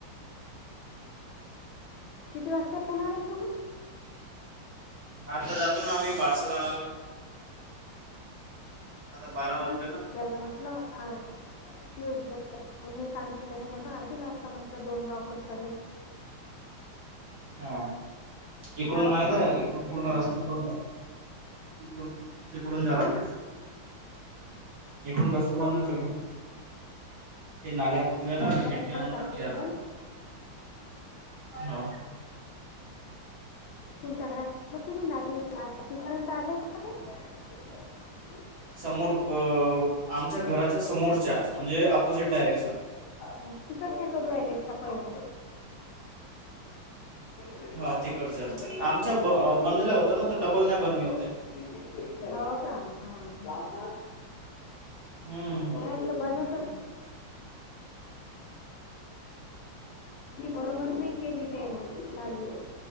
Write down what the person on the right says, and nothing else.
आता जातो ना आम्ही पार्साल आणयला. आता बारा वाजले
ना
हा इकडून
माहित
आहे
इकडून पूर्ण
रस्ता <unintelligible> तिकडून जा
लागतं. इकडून रस्त
बंद सकड ते नाल्या पुदल ना
गिट्टी आणून
टाकली
आता
हो.
समोर आमच्या घराच्या समोरच्या म्हणजे अपोजिट डायरेक्शन.
हो तिकडच्या
आमच्या
ब
बनल्या होत
ना तर
डबल नाही बनवेल ते.
हम्म.